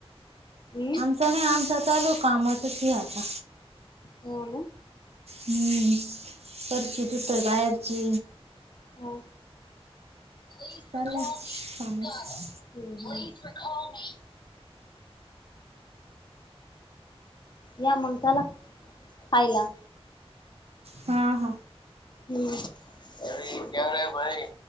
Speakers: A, on the left (about 45°); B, on the right (about 80°).
A: हम्म.
B: काय नाय, आमचं चालू हाय कामाचं ते आता.
A: हो ना.
B: हम्म, करते दुसरे बाहेरचे.
A: हो <unintelligible>
B: चाललंय कामच.
A: <unintelligible> मी. या मग चला खायला.
B: हां हां.
A: अरे क्यारे भाई.